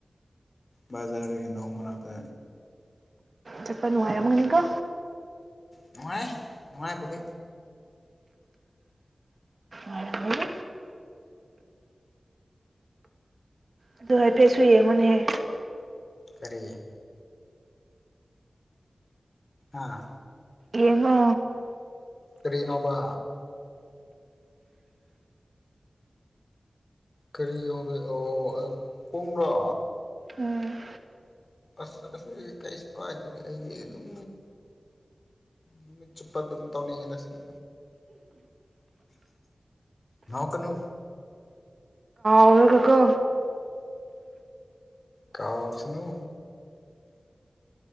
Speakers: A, on the left; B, on the right.
A: ꯕꯖꯥꯔꯒ ꯅ ꯑꯃꯗ
B: ꯆꯄꯅ ꯑꯌꯥ ꯃꯪꯅꯤꯒ
A: ꯅꯨꯡꯉꯥꯏ ꯅꯨꯡꯉꯥꯏ ꯄꯨꯙꯦ
B: ꯋꯥꯏꯔꯝꯒꯅꯤ ꯑꯗꯨ ꯍꯥꯏꯐꯦꯠꯁꯨ ꯌꯦꯡꯉꯨꯅꯦꯍꯦ
A: ꯀꯔꯤ ꯑꯥ
B: ꯌꯦꯉꯣ
A: ꯁꯔꯤꯅꯣꯕ ꯀꯔꯤ ꯌꯗ ꯑꯣ ꯄꯨꯡ꯭ꯔꯥ
B: ꯎꯝ
A: ꯑꯁ ꯀꯩꯁꯨ ꯀꯥꯏ ꯑꯩꯗꯤ ꯑꯗꯨꯝ ꯅꯨꯃꯤꯠ ꯆꯨꯞꯄ ꯑꯗꯨꯝ ꯇꯧꯅꯤꯡꯉꯗ ꯁꯤꯗ ꯅ ꯀꯩꯅ
B: ꯐꯔꯒ
A: ꯀꯥꯎ ꯁꯅꯨ